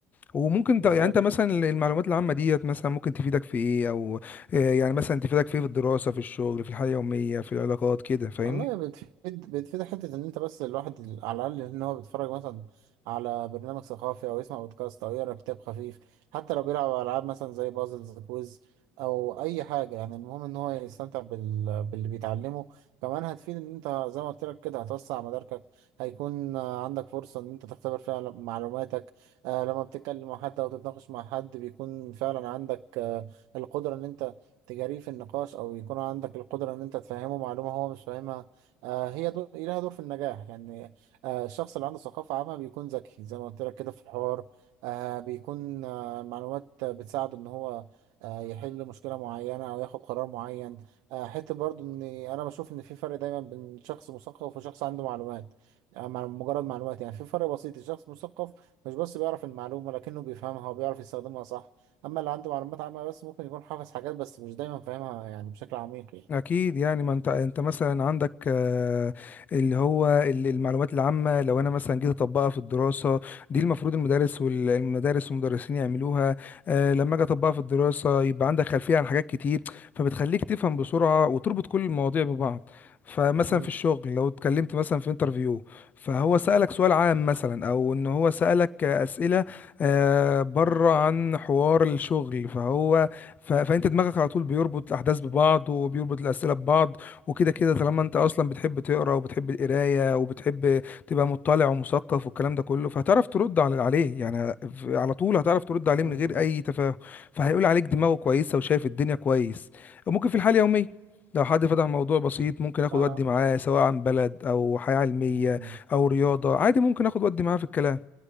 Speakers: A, on the left (about 25°); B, on the right (about 70°).
A: وممكن
B: بالظبط.
A: ت- يعني انت مثلا المعلومات العامه ديت مثلا ممكن تفيدك في ايه او آه، يعني مثلا تفيدك في ايه في الدراسه في الشغل في الحياه اليوميه في العلاقات كده فاهمني
B: والله بتفيد بتفيد حتة إن أنت بس الواحد على الأقل إن هو بيتفرج مثلا على برنامج ثقافي أو يسمع بودكاست أو يقرأ كتاب خفيف حتى لو بيلعب ألعاب مثلا زي بازلز كويز أو أي حاجة يعني المهم إن هو يستمتع بال... باللي بيتعلمه كمان هتفيد إن أنت زي ما قلت لك كده هتوسع مداركك هيكون آه، عندك فرصة إن أنت تختبر فيها معلوماتك آه لما بتتكلم مع حد أو تتناقش مع حد بيكون فعلا عندك آه القدرة إن أنت تجاريه في النقاش او يكون عندك القدره ان انت تفهمه معلومه هو مش فاهمها آه هي دور لها دور في النجاح يعني آه الشخص اللي عنده ثقافه عامه بيكون ذكي زي ما قلت لك كده في الحوار آه بيكون آه معلومات بتساعده ان هو آه يحل مشكله معينه او ياخد قرار معين آه حته برضو ان انا بشوف ان في فرق دايما بين شخص مثقف وشخص عنده معلومات آه مع- مجرد معلومات يعني في فرق بسيط الشخص المثقف مش بس بيعرف المعلومه لكنه بيفهمها وبيعرف يستخدمها صح اما اللي عنده معلومات عامة بس ممكن يكون حافظ حاجات بس مش دايما فاهمها يعني بشكل عميق يعني
A: اكيد يعني ما انت انت مثلا عندك آه، اللي هو ال- المعلومات العامه لو انا مثلا جيت اطبقها في الدراسه دي المفروض المدارس والمدارس والمدرسين يعملوها آه، لما اجي اطبقها في الدراسه يبقى عندك خلفيه عن حاجات كتير فبتخليك تفهم بسرعه وتربط كل المواضيع ببعض فمثلا
B: مم.
A: في الشغل لو اتكلمت مثلا في انترفيو فهو سألك سؤال عام مثلا او ان هو سألك اسئله آه، بره عن حوار الشغل فهو ف... فانت دماغك على طول بيربط الاحداث ببعض وبيربط الاسئله ببعض وكده كده طالما انت اصلا بتحب تقرا وبتحب القرايه وبتحب تبقى مطلع ومثقف والكلام ده كله فهتعرف ترد على عليه يعني ف- على طول هتعرف ترد عليه
B: مم.
A: من غير
B: مم.
A: اي تفاهم فهيقول عليك دماغه كويسه وشايف الدنيا كويس وممكن في الحاله اليوميه لو حد فتح موضوع بسيط ممكن اخد
B: اه
A: ودي معاه سواء عن بلد او حياه علميه
B: مم.
A: او رياضه عادي ممكن اخد ودي معاه في الكلام